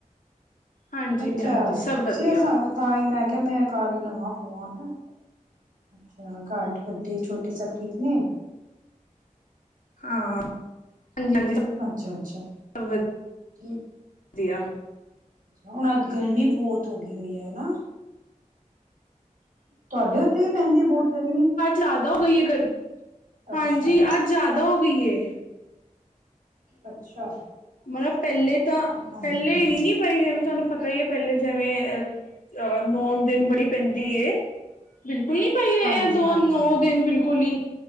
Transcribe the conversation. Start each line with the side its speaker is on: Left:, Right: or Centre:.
Left: ਹਾਂਜੀ
Right: ਅੱਛਾ,
Left: ਹਾਂਜੀ ਸਭ
Right: ਤੁਸੀ
Left: ਵਧੀਆ
Right: ਆ ਸਾ, ਤਾਂ ਈ ਮੈਂ ਕਿਯਾ ਮੈਂ ਕਰ ਈ ਲਵਾਂ ਫ਼ੋਨ। ਅੱਛਾ, ਘਰ ਵੱਡੇ ਛੋਟੇ ਸਬ ਠੀਕ ਨੇ
Left: ਹਾਂ, ਹਾਂਜੀ- ਹਾਂਜੀ।
Right: ਅੱਛਾ- ਅੱਛਾ
Left: ਸਭ
Right: ਠੀਕ।
Left: ਵਧੀਆ
Right: ਹੁਣ ਅੱਜ ਗਰਮੀ ਬੋਤ ਹੋ ਗਈ ਹੋਈ ਐ ਹਨਾ ਤੁਆਡੇ ਓਥੇ ਵੀ ਪੈਂਦੀ ਐ ਬੋਤ ਗਰਮੀਂ
Left: ਜਾਦਾ ਹੋ ਗਈ ਏ ਗਰਮੀ,
Right: ਅੱਛਾ
Left: ਹਾਂਜੀ ਅੱਜ਼ ਜਾਦਾ ਹੋ ਗੀ ਏ।
Right: ਅੱਛਾ।
Left: ਮਲਬ ਪਹਿਲੇ ਤਾਂ
Right: ਹਾਂਜੀ
Left: ਪਹਿਲੇ
Right: ਹਾਂਜੀ
Left: ਏਨੀਂ ਨੀ ਪਈ ਜਿਵੇਂ ਤੁਆਨੂੰ ਪਤਾ ਈ ਏ, ਪਹਿਲੇ ਜਿਵੇਂ ਅ ਨੌ ਦਿਨ ਬੜੀ ਪੈਂਦੀ ਏ। ਬਿਲਕੁਲ ਨੀ ਪਈ ਏ,
Right: ਹਾਂਜੀ
Left: ਦੋ-ਨੌ
Right: ਹਾਂਜੀ
Left: ਦਿਨ ਬਿਲਕੁਲ ਈ